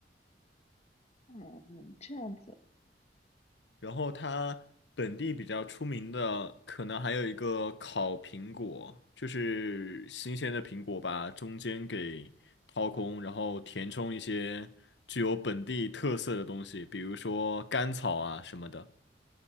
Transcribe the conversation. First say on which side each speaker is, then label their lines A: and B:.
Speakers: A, on the left; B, on the left.
A: 嗯，这样子，
B: 然后它本地比较出名的可能还有一个烤苹果，就是新鲜的苹果把中间给掏空，然后填充一些具有本地特色的东西，比如说甘草啊什么的。